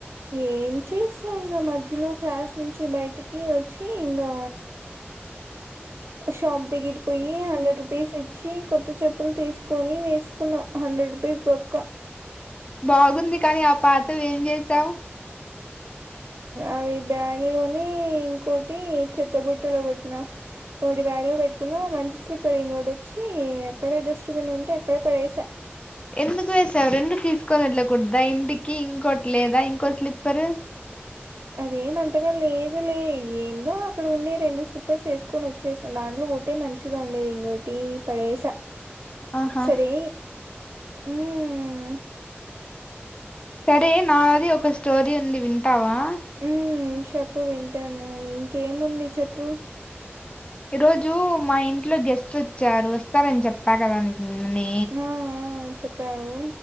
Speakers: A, on the right; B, on the left.
A: ఏం చేస్తా ఇంక మధ్యలో క్లాస్ నుంచి బయటికి వచ్చి ఇంకా షాప్ దగ్గిరి పోయి హండ్రెడ్ రూపీస్ ఇచ్చి కొత్త చెప్పులు తీసుకు కొని వేసుకున్నా హండ్రెడ్ రూపీస్ బొక్కా
B: బాగుంది కానీ ఆ పాతవి ఏం చేసావు
A: అవి బ్యాగ్ లోనే ఇంకోటి చెత్తబుట్టలో పెట్టిన వాటి బ్యాగ్ లో పెట్టుకున్నా మంచి స్లిప్పర్ ఇంకోటి వచ్చి ఎక్కడే డస్ట్బిన్ ఉంటే అక్కడే పడేసా
B: ఎందుకు వేసావు రెండు తీసుకొని వెళ్కూడదా ఇంటికి ఇంకోటి లేదా ఇంకో స్లిప్పరు
A: అదేమంతగా లేదు లే ఏందో అక్కడ ఉండ రెండు స్లిప్ స్లిప్పర్స్ వేసుకొని వచ్చేసా దాంట్లో ఒకటే మంచిగా ఉండేది ఇంకా టీ పడేస
B: ఆహా
A: సరే హ్మ్మ్
B: సరే నాది ఒక స్టోరీ ఉంది వింటావా
A: ఉ చెప్పు వింటాను ఇంకేముంది చెప్పు
B: ఈ రోజు మా ఇంట్లో గెస్ట్ వచ్చారు వస్తారని చెప్పా కదా నీకు నిన్ననే
A: ఆ చెప్ప పవు